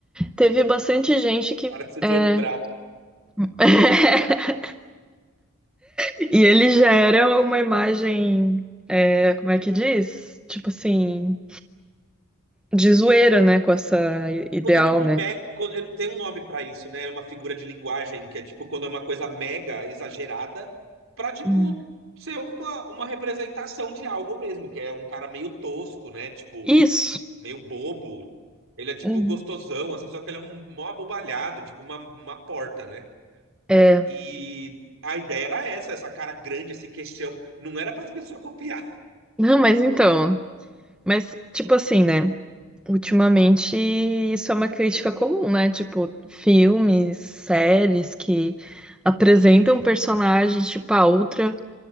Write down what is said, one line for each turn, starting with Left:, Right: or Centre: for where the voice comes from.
Centre: Teve bastante gente que.
Right: Parece o
Centre: é,
Right: Johnny Bravo.
Centre: <laughs> E ele já era uma imagem. é, Como é que diz? Tipo assim. De zoeira, né? Com essa i- ideal,
Right: Quando é tipo
Centre: né?
Right: me... quando- eu não tenho um nome pra isso, né? É uma figura de linguagem que é tipo quando é uma coisa mega exagerada pra tipo
Centre: Hum.
Right: ser uma, uma representação de algo mesmo, que é um cara meio tosco, né? Tipo,
Centre: Isso.
Right: meio bobo. Ele é tipo
Centre: Uhum.
Right: gostosão, assim, só que ele é um mó abobalhado, tipo uma, uma porta, né?
Centre: É.
Right: E a ideia era essa, essa cara grande, esse queixão. Não era para as pessoas <laughs> copiar.
Centre: Não, mas então. Mas, tipo assim, né? Ultimamente, isso é uma crítica comum, né? Tipo, filmes, séries que apresentam personagens, tipo, a outra